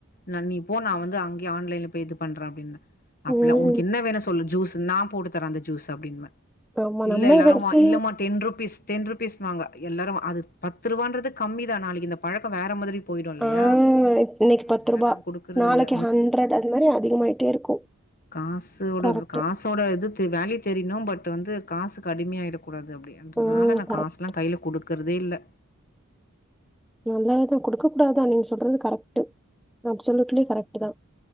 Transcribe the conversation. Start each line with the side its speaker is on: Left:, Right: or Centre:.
Left: நா நீ போ நா வந்து அங்யே ஆன்லைன்ல போய் இது பண்ற அப்படின்னே அப்பில்லா
Centre: ம்
Left: உனக்கு என்ன வேணா சொல்லு ஜூஸ் நா போட்டு தரே அந்த ஜூஸ் அப்டின்வே
Centre: ஆமா
Left: இல்ல
Centre: நம்ம
Left: எல்லாரு
Centre: பேசி
Left: டென் ருபீஸ் டென் ருபீஸ் வாங்க எல்லாரு அது பத்து ரூவான்றது கம்மி தா நாளைக்கு இந்த பழக்கோ வேற மாதிரி போயிடு இல்லையா
Centre: ஆ இன்னைக்கு
Left: அதனால
Centre: பத்து ரூபா
Left: நான் குடுக்கறதில்ல.
Centre: நாளைக்கு ஹண்டட் அந்த மாரி அதிகமாயிட்டே இருக்கு
Left: காஸ்சு வோட
Centre: கரெக்ட்
Left: இப்ப காஸ் தோட இது தெ வேல்யூ தெரியுனு பட் வந்து காசுக்கு அடிமையாயிட கூடாது அப்டின்றதுனால
Centre: ம்
Left: நா
Centre: கரெக்ட்
Left: காஸ் இப்லா கையில குடுக்கறதே இல்ல
Centre: நல்லதுதா குடுக்க கூடாது அ நீங்க சொல்றது கரெக்ட் அப்சலுட்லி கரெக்ட் தா